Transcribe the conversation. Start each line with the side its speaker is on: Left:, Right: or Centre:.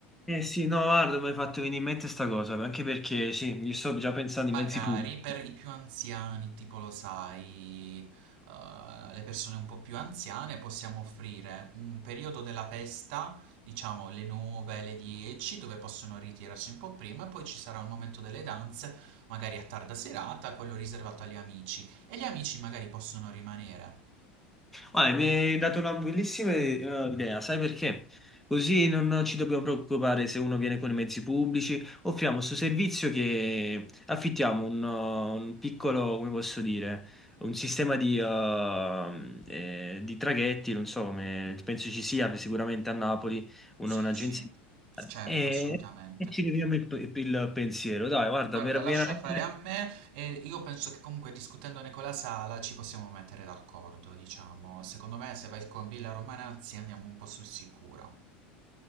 Centre: eh sì, no, guarda, mi hai fatto venire in mente sta cosa, anche perché sì, io sto già pensando
Right: Magari
Centre: ai mezzi pubblici.
Right: per i più anziani, tipo lo sai, eh, le persone un po' più anziane, possiamo offrire un periodo della festa, diciamo le 9, le 10, dove possono ritirarsi un po' prima e poi ci sarà il momento delle danze, magari a tarda serata, quello riservato agli amici. E gli amici magari possono rimanere.
Centre: Ah, mi hai dato una bellissima eh, idea, sai perché? Così non ci dobbiamo preoccupare se uno viene con i mezzi pubblici. Offriamo questo servizio che affittiamo un, eh, un piccolo, come posso dire, un sistema di, eh, eh, di traghetti, non so come, penso ci sia sicuramente a Napoli una-
Right: Sì,
Centre: un'agenzia.
Right: sì, certo,
Centre: E,
Right: assolutamente.
Centre: e ci leviamo il, il- il pensiero. Dai, guarda,
Right: Guarda,
Centre: mi era veramente...
Right: lascia fare a me e io penso che comunque discutendone con la sala ci possiamo mettere d'accordo, diciamo. Secondo me se vai con Villa Romanazzi andiamo un po' sul sicuro.